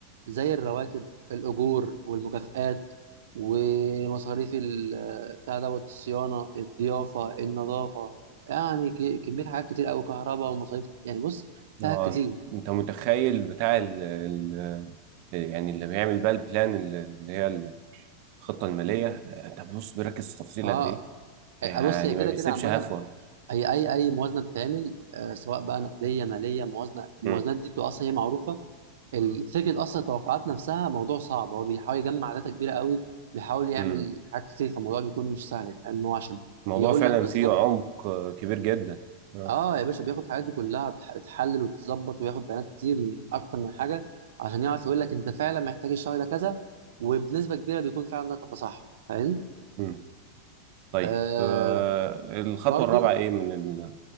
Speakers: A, on the right; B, on the right.
A: زي الرواتب الاجور والمكافآت ومصاريف ال- بتاع دوت الصيانه الضيافه النظافه يعني ك- كميه حاجات كتير قوي كهرباء ومصاريف يعني بص فيها
B: اه
A: كتير
B: انت متخيل بتاع ال ال يعني اللي بيعمل بقى البلان ال- اللي هي الخطه الماليه آه، طب بص بيركز في التفاصيل
A: اه
B: قد ايه
A: آه،
B: يعني
A: بص هي كده
B: ما بيسيبش
A: كده عامه
B: هفوه
A: اي اي اي موازنه بتتعمل آه سواء بقى نقديه ماليه موازنه الموازنات
B: مم.
A: دي بتبقى اصلا هي معروفه ال- فكره اصلا التوقعات نفسها موضوع صعب هو بيحاول يجمع داتا كبيره قوي بيحاول يعمل
B: مم.
A: حاجات كتير فالموضوع بيكون مش سهل فاهم هو عشان
B: الموضوع
A: يقول
B: فعلا
A: لك بالظبط
B: فيه عمق آه، كبير جدا اه
A: اه يا باشا بياخد الحاجات دي كلها بتح- بتحلل وتتظبط وياخد بيانات كتير من اكتر من حاجه عشان يعرف يقول لك انت فعلا محتاج الشهر ده كذا وبنسبه كبيره بيكون فعلا الرقم ده صح فاهم
B: مم. طيب
A: آه
B: آه، الخطوة
A: برضو
B: الرابعة ايه من ال...